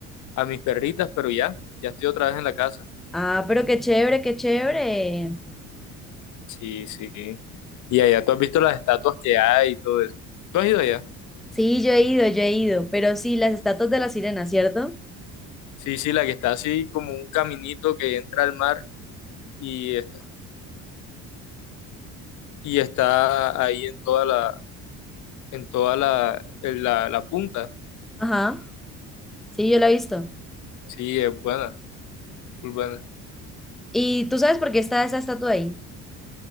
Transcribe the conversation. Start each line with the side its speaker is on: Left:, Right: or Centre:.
Left: a mis perritas, pero ya, ya estoy otra vez en la casa.
Centre: Ah, pero qué chévere, qué chévere.
Left: Sí, sí. Y allá tú has visto las estatuas que hay y todo eso. ¿Tú has ido allá?
Centre: Sí, yo he ido, yo he ido. Pero sí, las estatuas de la sirena, ¿cierto?
Left: Sí, sí, la que está así como un caminito que entra al mar y está, y está ahí en toda la, en toda la, en la la punta.
Centre: Ajá. Sí, yo la he visto.
Left: Sí, es buena, full buena.
Centre: ¿Y tú sabes por qué está esa estatua ahí?